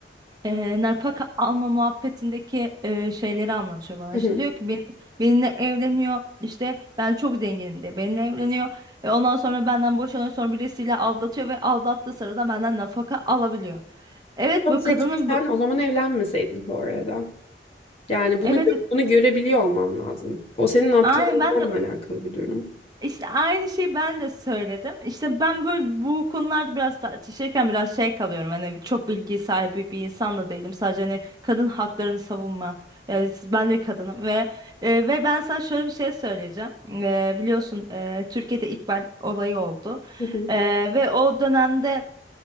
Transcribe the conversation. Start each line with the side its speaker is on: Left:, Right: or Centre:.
Right: e, nafaka alma muhabbetindeki e, şeyleri anlatıyor bana.
Left: Hı
Right: İşte
Left: hı.
Right: diyor ki beni, benimle evleniyor işte ben çok zenginim de benimle evleniyor. E, ondan sonra benden boşanıyor sonra birisiyle aldatıyor ve aldattığı sırada benden nafaka alabiliyor. Evet
Left: Çok
Right: bu
Left: zekiysen
Right: kadının bu,
Left: o zaman evlenmeseydin bu arada. Yani bunu
Right: evet
Left: gö- bunu görebiliyor olman lazım. O senin aptal
Right: aynen
Left: olmanla
Right: ben de
Left: alakalı bir durum.
Right: İşte aynı şeyi ben de söyledim. İşte ben böyle bu konularda biraz tartışırken biraz şey kalıyorum. Hani çok bilgi sahibi bir insan da değilim. Sadece hani kadın haklarını savunma. e, siz- ben de kadınım ve e, ve ben sana şöyle bir şey söyleyeceğim. E, biliyorsun e, Türkiye'de İkbal olayı oldu.
Left: Hı hı.
Right: E, ve o dönemde